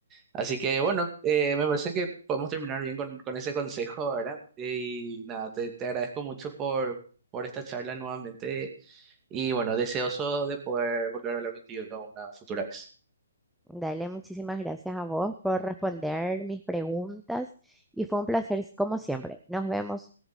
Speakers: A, on the right; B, in the centre.
A: Así que bueno, eh, me parece que podemos terminar bien con, con ese consejo, ¿verdad? Eh, Y nada, te, te agradezco mucho por, por esta charla nuevamente y bueno, deseoso de poder volver a hablar contigo una futura vez.
B: Dale, muchísimas gracias a vos por responder mis preguntas y fue un placer como siempre. Nos vemos.